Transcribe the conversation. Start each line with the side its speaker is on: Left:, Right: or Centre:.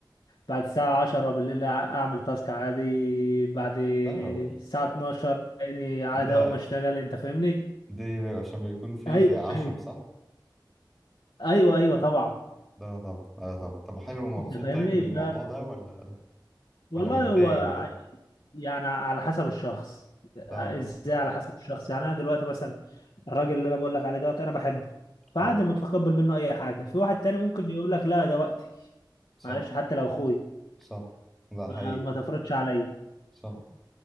Left: بعد الساعه 10 بالليل اعمل تاسك عادي بعد الساعه
Centre: لا يا راجل
Left: 12 تلاقيني عادي
Centre: ده
Left: اقوم اشتغل انت فاهمني
Centre: دي بي- عشان بيكون في
Left: ايوه
Centre: زي عشم صح؟
Left: ايوه ايوه طبعا
Centre: لا طب لا طب طب حلو ومبسوط
Left: انت فاهمني
Centre: طيب بالموضوع
Left: ف
Centre: ده ولا
Left: والله
Centre: ولا متضايق
Left: هو
Centre: بقى؟
Left: يعني على حسب الشخص ازاي
Centre: اه
Left: على حسب الشخص يعني انا دلوقتي مثلا الراجل اللي انا بقول لك عليه دوت انا بحبه فعادي
Centre: حلو
Left: متقبل منه اي حاجه في واحد تاني ممكن يقول لك لا ده وقتي
Centre: صح
Left: معلش حتى لو اخوي
Centre: صح ده
Left: ما,
Centre: حقيقي
Left: ما تفرضش عليا
Centre: صح